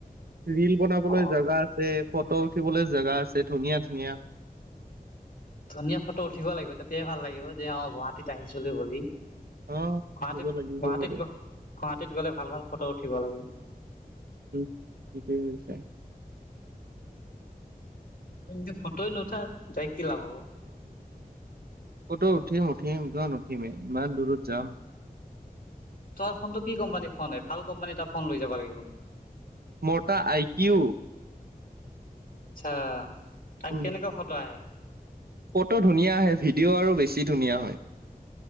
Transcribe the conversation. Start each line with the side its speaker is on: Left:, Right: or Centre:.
Right: ৰীল বনাবলৈ
Left: অ
Right: জাগা আছে ফটো উঠিবলৈ জেগা আছে ধুনীয়া ধুনীয়া
Left: ধুনীয়া ফটো উঠিব লাগিব তেতিয়াই ভাল লাগিব যে অ গুৱাহাটীত আহিছিলো বুলি
Right: অ
Left: গুৱাহাটীত
Right: উঠিব লাগিব
Left: গুৱাহাটীত
Right: বাৰু
Left: গ গুৱাহাটীত গলে ভাল ভাল ফটো উঠিব লাগে
Right: উম ঠিকেই কয়লা।
Left: তমি যদি ফটোই নুঠা যাই কি লাভা হব
Right: ফতো উঠিম উঠিম কিয় নুঠিমে ইমান দূৰত যাম।
Left: তই ফোনটো কি কোম্পানীৰ ফোন ভাল কোম্পানী এটা ফোন লৈ যাব লাগিব।
Right: মোটা আইকিউ
Left: আচ্ছা তাক
Right: উম,
Left: কেনেকুৱা ফটো আহে।
Right: ফটো ধুনীয়া আহে ভিডিঅ' আৰু বেছি ধুনীয়া হয়।